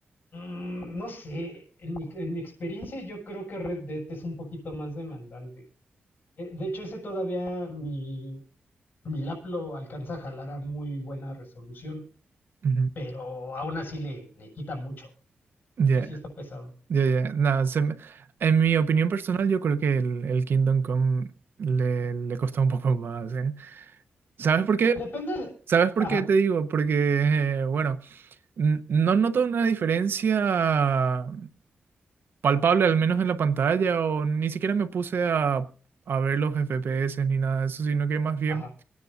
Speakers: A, on the left; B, on the right.
A: mm, no sé. En mi, en mi experiencia, yo creo que Red Dead es un poquito más demandante. Eh, De hecho, ese todavía mi, Milap lo alcanza a jalar a muy buena resolución,
B: Ujú.
A: pero aún así le, le quita mucho.
B: Ya,
A: Sí, sí está pesado.
B: ya, ya. No, se me- en mi opinión personal, yo creo que el, el Kingdom Come le, le costó un poco <laughs> más, ¿eh? ¿Sabes por qué?
A: Depende.
B: ¿Sabes por
A: Ajá,
B: qué te digo? Porque, eh, bueno, n- no noto una diferencia palpable, al menos en la pantalla, o ni siquiera me puse a, a ver los FPS ni nada de eso, sino que más bien
A: ajá,